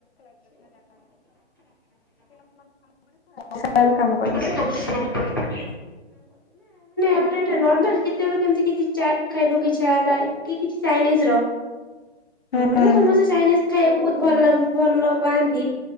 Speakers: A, on the left; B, on the left.
A: ସକାଳୁ କାମ କରେ।
B: <unintelligible> କଣ ନା ମାନେ ଆମର ଏଟା ନର୍ମାଲ କେତେବେଳେ କେମତି କିଛି ଚାଟ୍ ଖାଇବାକୁ ଇଚ୍ଛା ହେଲା। କି କିଛି ଚାଇନିଜ୍ ର
A: କରିବୁ।
B: ଆମର ତ ସମସ୍ତେ ଚାଇନିଜ୍ ଖାଇବାକୁ ବହୁତ୍ ଭଲ ଭଲ ପାଆନ୍ତି।